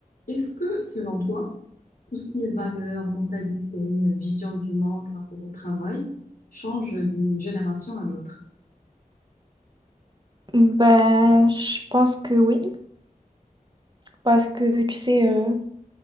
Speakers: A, on the left; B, on the right.
A: Est-ce que, selon toi, tout ce qui est valeur, mentalité, vision du monde, rapport au travail, change d'une génération à l'autre?
B: Ben, je pense que oui, parce que tu sais, euh,